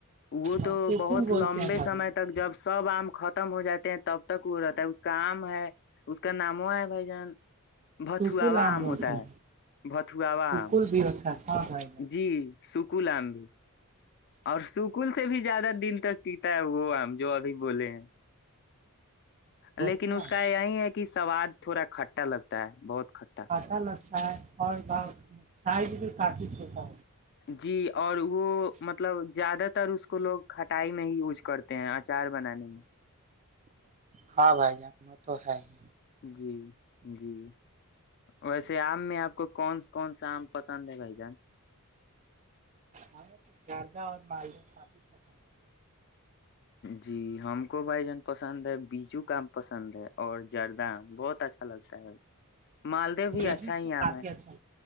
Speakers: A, on the left; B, on the right.
A: وہ
B: اور
A: تو
B: سکول
A: بہت
B: بولتے
A: لمبے
B: ہیں بھائی
A: سمے
B: لوگ
A: تک جب سب آم ختم ہو جاتا تب تک وہ رہتا ہے اس کا آم ہے اس کا نامو ہے بھائی جان بھتو
B: سکول
A: وا آم
B: بولتے
A: ہوتا
B: ہیں
A: ہے بھتوا وا
B: سکول
A: آم
B: بھی ہوتا ہے ہاں بھائی جان
A: جی سکو لام بھی اور سکل سے بھی زیادہ دن تک پیتا ہے وہم جو ابھی بولے ہیں
B: بتوا
A: لیکن اس کا یہی ہے کہ سواد تھوڑا کھٹا لگتا ہے بہت کھٹا
B: ہاں چ الا اور تائی کاٹ چتا
A: جی اور وہ مطلب زیادہ تر اس کو لوگ کھٹائی میں ہی یوز کرتے ہیں اچار بنانے میں
B: ہاں بھائی جان وہ تو ہے ہی
A: جی جی ویسے آم میں آپ کو کونا کون سا آم پسند ہے بھائی جان
B: ہمیں تو زیادہ اور مالدہ کافی پسند ہے
A: جی ہم کو بھائی جان پسند ہے بیجو کام پسند ہے اور جردام بہت اچھا لگتا ہے مالدو بھی
B: بیجو
A: اچھا ہی
B: تو کافی
A: عم ہے
B: اچھا